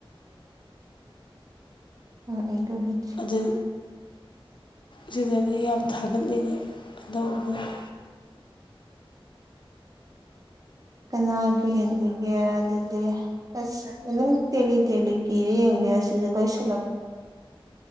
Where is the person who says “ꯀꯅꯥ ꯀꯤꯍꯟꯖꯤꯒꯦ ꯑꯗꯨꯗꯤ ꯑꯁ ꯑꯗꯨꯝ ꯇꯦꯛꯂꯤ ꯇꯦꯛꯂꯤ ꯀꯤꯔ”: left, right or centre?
Right